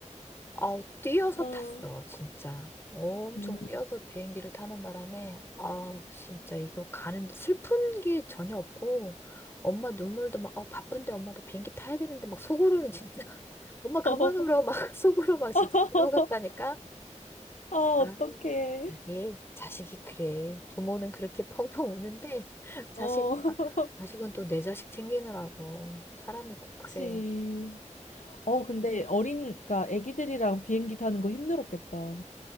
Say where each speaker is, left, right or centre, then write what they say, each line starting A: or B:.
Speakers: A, on the left; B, on the left.
A: 아우, 뛰어서
B: 어,
A: 탔어, 진짜. 엄청
B: 음,
A: 뛰어서 비행기를 타는 바람에, 아우, 진짜 이거 가는, 슬픈 게 전혀 없고, 엄마 눈물도 막, 어, 바쁜데 엄마 도 비행기 타야 되는데, 막 속으로는 진짜, <laughs> 엄마 그만
B: 어,
A: 울어, 막 <laughs> 속으로 막 진짜
B: <laughs>
A: 그러고 갔다니까?
B: 아,
A: 아,
B: 어떡해.
A: 이게 자식이 그래. 부모는 그렇게 펑펑 우는데 <laughs> 자식은
B: 어, <laughs>
A: 막- 자식은 또 내 자식 챙기느라고 사람이 꼭
B: 그치.
A: 그래.
B: 어, 근데 어린, 그니까 애기들이랑 비행기 타는 거 힘들었겠다.